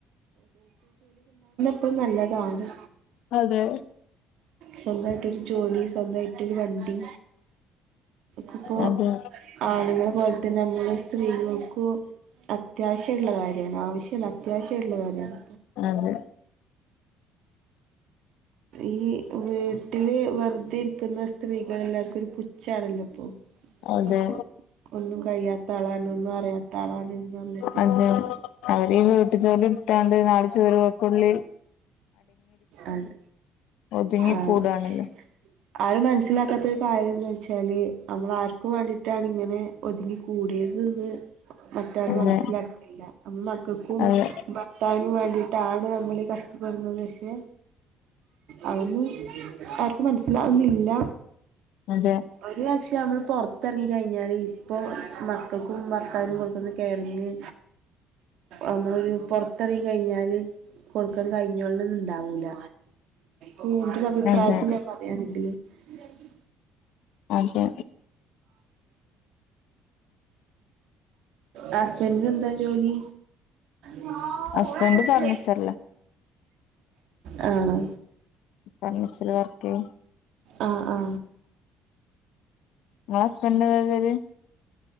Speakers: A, on the right; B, on the left.
A: പ്പം നല്ലതാണ്
B: അതെ
A: സ്വന്തായിട്ടൊരു ജോലി സ്വന്തായി പിന്നെ വണ്ടി ക്ക്പ്പോ
B: അതെ
A: ആണുങ്ങളെ പോൽതന്നെ മ്മള് സ്ത്രീകൾക്കും അത്യാ അത്യാവശ്യള്ള കാര്യവാണ് ആവശ്യല്ല അത്യാവശ്യാട്ട്ള്ള കാര്യാണ്
B: അതെ
A: ഈ വീട്ടില് വെറുതെ ഇരിക്കുന്ന സ് സ്ത്രീകളെല്ലാർക്കൊരു പുച് ച്ചാണല്ലോ പ്പോ
B: അതെ
A: <unintelligible> ഒന്നും കൂ കഴിയാത്ത ആളാണൊന്നും അറിയാത്ത ആളാണ് എന്ന് പറഞ്ഞിട്ട്
B: അതെ അവരീന്ന് വീട്ടുജോല്ലി എടുത്താണ്ട് നാള് ചുരുകക്കുള്ളിൽ
A: അത്
B: ഒതുങ്ങിക്കൂടാണല്ലോ
A: ആ ശെ ആരും മനസ്സിലാക്കാത്തരു കാര്യംന്ന് ച്ചാല് അമ്മള് ആർക്കും വേണ്ടിയിട്ടാണ് ഇങ്ങനെ ഒതുങ്ങികു കൂടിയതിന്ന് മറ്റാരുമനസ്സിലാക്ക്ന്നില്ല
B: അതെ
A: മക്കക്കും
B: അതെ
A: ഭർത്താവിനും വേണ്ടി ട്ടാണ് നമ്മളീ കഷ്ടപ്പെടുന്നത് ശ്ശെ അതൊന്നും ആർക്കും മനസ്സിലാവുന്നില്ല
B: അതെ
A: ഒരുവർഷമ്മള് പൊറത്തെറങ്ങി കയിഞ്ഞാല് ഇപ്പോ മക്കൾക്കും ഭർത്താവിനും കൊടുക്കുന്ന കെയറിങ്ങ് അമ്മളൊരു പൊറത്തെറങ്ങി കയിഞ്ഞാല് കൊടുക്കാൻ കഴിഞ്ഞോളണംന്നിണ്ടാവും വൂല കൂണ്ടൊരഭിപ്രായത്തിഞാൻ
B: അതെ
A: പറയാണെങ്കില് എ
B: അതെ
A: ഹസ്ബെൻ്റിനെന്താ ജോലി <inaudible>
B: ഹസ്ബൻഡ് ഫർണിച്ചറില
A: അണോ
B: ഫർണിച്ചർ വർക്ക്
A: ആ ആ
B: നിങ്ങള ഹസ്ബൻഡ് ന്ത ച